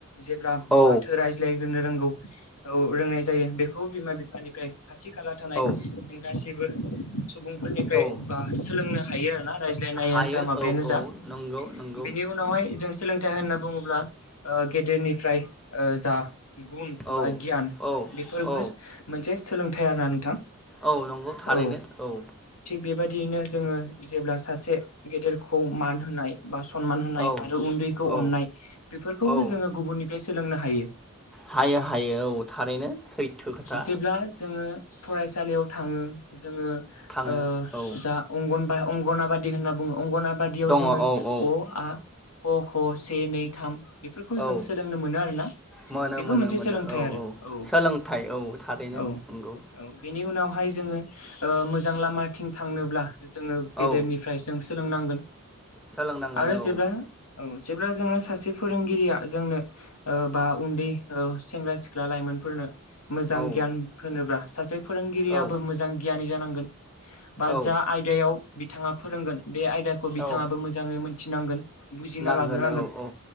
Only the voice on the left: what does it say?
जेब्ला
माथो रायज्लायहोनो रोंगौ औ रोंनाय जायो बेखौ बिमा बिफानिफ्राय खाथि खाला थानाय
गासैबो सुबुंफोरनिफ्राय
बा सोलोंनो हायो आरोना। रायज्लायनायानो
जा माबायानो
जा
बिनि उनावहाय जों सोलोंथाइ होनना बुङोब्ला ओ गेदेरनिफ्राय जा गुन
बा गियान
बेफोरबो
मोनसे सोलोंथाइ आरोना नोंथां।
औ
बेबायदियैनो जोङो जेब्ला सासे गेदेरखौ मान होनाय बा सनमान होनाय
आरो उन्दैखौ
अननाय बेफोरखौबो
जोङो गुबुननिफ्राय सोलोंनो हा औ
जेब्ला जोङो फरायसालियाव थाङो जोङो
ओ
जा अंगनबा अंगनाबादि होनना बुङो अंगनाबा
जोङो
अ आ क ख से नै थाम बेफोरखौ जों
सोलोंनो मोनो आरोना।
बेबो
मोनसे
सोलोंथाइ
आरो औ
औ
औ बेनि उनाव हार जोंङो मोजां लामाथिं थांनोब्ला जों गेदेरनिफ्राय
जों सोलोंनांगोन
आरो
जेब्ला औ जेब्ला जोङो सासे फोरोंगिरिया जोंनो बा उन्दै सेंग्रा सिख्ला लाइमोनफोरनो मोजां
गियान होनोब्ला सासे फोरोंगिरियाबो
मोजां गियानि जानांगोन। बा
जा आयदायाव बिथाङा फोरोंगोन बे आयदा बिथाङाबो
मोजाङै मिथिनांगोन। बुजिना
लाग्रोनांगोन